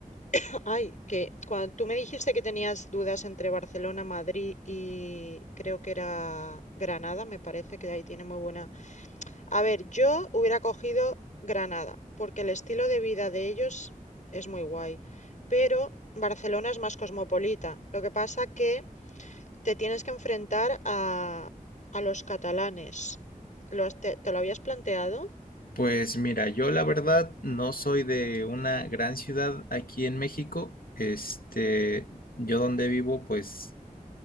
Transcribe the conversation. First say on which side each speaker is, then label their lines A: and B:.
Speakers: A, on the left; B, on the left.
A: <clears throat> ay, que cuando tú me dijiste que tenías dudas entre Barcelona, Madrid y creo que era Granada, me parece que ahí tiene muy buena. A ver, yo hubiera cogido Granada, porque el estilo de vida de ellos es muy guay, pero Barcelona es más cosmopolita. Lo que pasa que te tienes que enfrentar a, a los catalanes. ¿Lo has- te, te lo habías planteado?
B: Pues mira, yo la verdad no soy de una gran ciudad aquí en México. Este, yo donde vivo, pues